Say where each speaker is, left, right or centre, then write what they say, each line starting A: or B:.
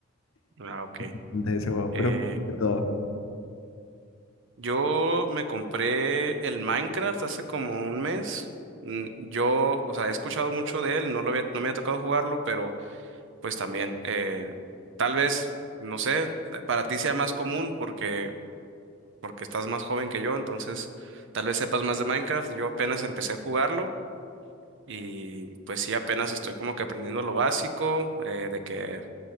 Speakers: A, on the right (about 60°); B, on the left (about 70°).
A: Ah, ok.
B: <laughs> de ese juego,
A: Eh,
B: pero de todo.
A: Yo me compré el Minecraft hace como un mes. Mm, Yo, o sea, he escuchado mucho de él, no lo había, no me ha tocado jugarlo, pero pues también, eh, tal vez, no sé, para ti sea más común porque, porque estás más joven que yo, entonces tal vez sepas más de Minecraft. Yo apenas empecé a jugarlo y pues sí, apenas estoy como que aprendiendo lo básico, eh, de que,